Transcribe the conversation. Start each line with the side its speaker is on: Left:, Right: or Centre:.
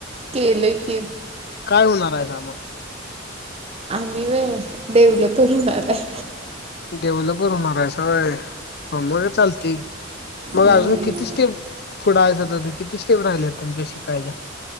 Right: केलय की‌
Left: काय होणार आहेसा म
Right: आम्ही व्होय डेव्हलप हुन आता.
Left: डेव्हलपर होणार आहेसाय होय मग चालती. मग
Right: हम्म
Left: अजून किती स्टेप पुुडायचा तुम्ही किती स्टेप राहिले तुमच्या शिकायला?